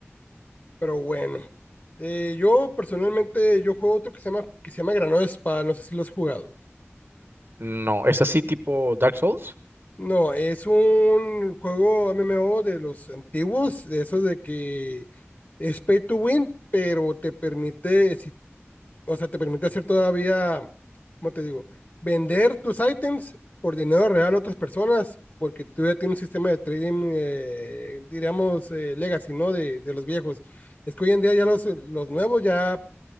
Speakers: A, on the left; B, on the right.
A: Pero bueno, Eh, yo personalmente, yo juego otro que se llama, que se llama Granado Espada, no sé si lo has jugado.
B: No, ¿es así tipo Dark Souls?
A: No, es un juego MMO de los antiguos, de esos de que es pay to win, pero te permite, si- o sea, te permite hacer todavía, ¿cómo te digo? Vender tus ítems por dinero real a otras personas, porque tú ya tienes un sistema de trading, eh, diríamos, eh, legacy, ¿no? De, de los viejos. Es que hoy en día ya los, los nuevos ya